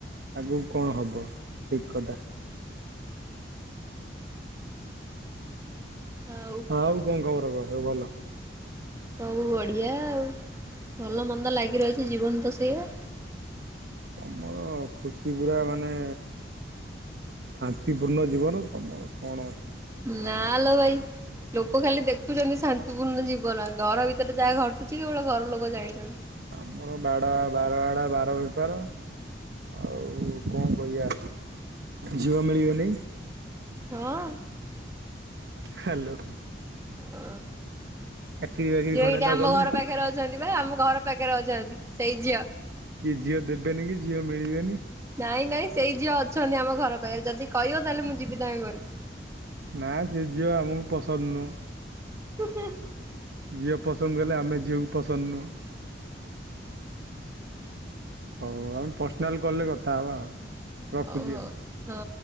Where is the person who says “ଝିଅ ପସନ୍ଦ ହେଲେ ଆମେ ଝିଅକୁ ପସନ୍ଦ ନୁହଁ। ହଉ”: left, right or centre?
Right